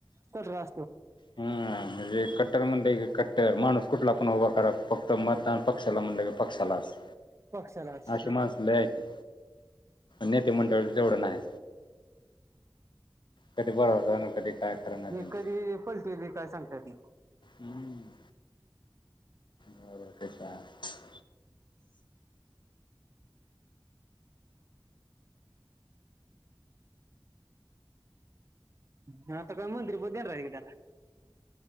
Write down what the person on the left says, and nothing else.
हम् म्हणजे कट्टर कट्टर म्हणजे कट्टर माणूस कुठला पण उभा करा फक्त मतदान पक्षाला म्हणल की पक्षालाच.
अशी माणसं लय आहेत. नेते मंडळी एवढं नाही. कधी भरवसा नाही कधी काय खरं नाही त्यांचं
हम्म हो ते तर आहे.